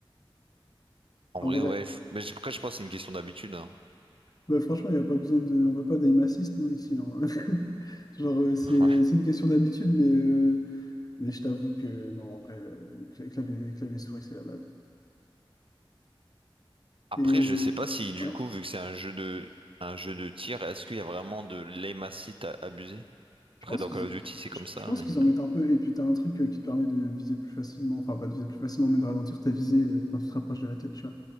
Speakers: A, on the right; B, on the left.
A: En
B: En
A: vrai,
B: vrai,
A: ouais. f- Mais je- après, je pense que c'est une question d'habitude. hein.
B: bah, franchement, il n'y a pas besoin de. On va pas d'aim assist, nous, ici. hein. <laughs> Genre, euh, c'est
A: <laughs> Ouais.
B: c'est une question d'habitude, mais. euh, Mais je t'avoue que non, en vrai, euh, cla- clavier, clavier souris, c'est la base.
A: Après,
B: Et euh,
A: je sais pas si, du
B: ouais,
A: coup, vu que c'est un jeu de, un jeu de tir, est-ce qu'il y a vraiment de l'aim assist à abuser?
B: je
A: Après,
B: pense
A: dans
B: qu'ils
A: Call of Duty, c'est comme
B: je,
A: ça,
B: je pense
A: mais...
B: qu'ils en
A: euh,
B: mettent un peu. Et puis, tu as un truc euh, qui te permet de viser plus facilement, enfin, pas de viser plus facilement, mais de ralentir ta visée euh, quand tu te rapproches de la tête, tu vois.